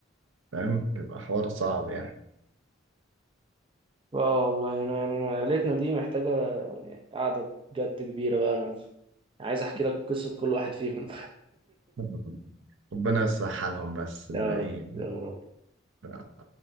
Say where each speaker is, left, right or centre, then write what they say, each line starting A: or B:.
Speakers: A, on the right; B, on the right.
A: فاهم بيبقى حوار صعب يعني
B: اه والله انا يعني انا عيلتنا دي محتاجة يعني قعدة بجد كبيرة بقى انا عايز احكي لك قصة كل واحد فيهم
A: <laughs> ربنا يصلح حالهم بس
B: <laughs>
A: الباقيين
B: يا رب يا رب
A: ف-